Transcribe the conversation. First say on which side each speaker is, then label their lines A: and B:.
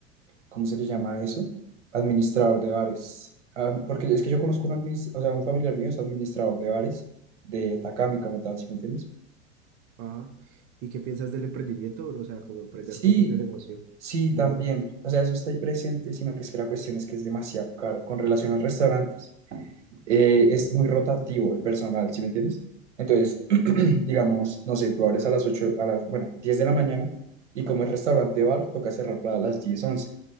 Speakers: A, on the right; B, on the right.
A: ¿cómo se le llama eso? Administrador de bares. Ah, porque es que yo conozco un, administ- o sea, un familiar mío es administrador de bares de Takami como tal, ¿sí me entiendes?
B: Ajá. ¿Y qué piensas del emprendimiento, bro? O sea, como emprender
A: Sí,
B: tu propio negocio
A: Sí,
B: de,
A: también. O sea, eso está ahí presente, sino que es que la cuestión es que es demasiado caro. Con relación a los restaurantes, eh, es muy rotativo el personal, ¿sí me entiendes? Entonces, <clears throat> digamos, no sé, tú abres a las ocho a las, bueno, 10 de la mañana y como es restaurante bar, toca cerrar para las 10 11